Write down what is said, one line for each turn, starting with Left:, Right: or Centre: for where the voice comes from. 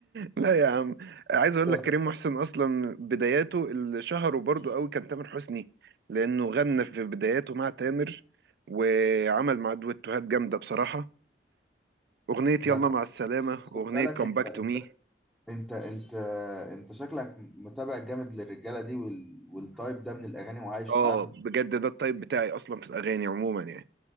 Right: لا يا عم عايز اقول
Centre: ده
Right: لك كريم محسن اصلا بداياته اللي شهره برضو قوي كان تامر حسني لانه غنى في بداياته مع تامر وعمل مع دويتوهات جامده بصراحه اغنيه يلا
Centre: ده
Right: مع السلامه
Centre: خد
Right: اغنيه
Centre: بالك
Right: كم
Centre: انت
Right: باك تو مي
Centre: انت انت انت شكلك متابع جامد للرجاله دي وال... والتايب ده من الاغاني وعايش
Right: اه
Centre: معاهم
Right: بجد ده التايب بتاعي اصلا في الاغاني عموما يعني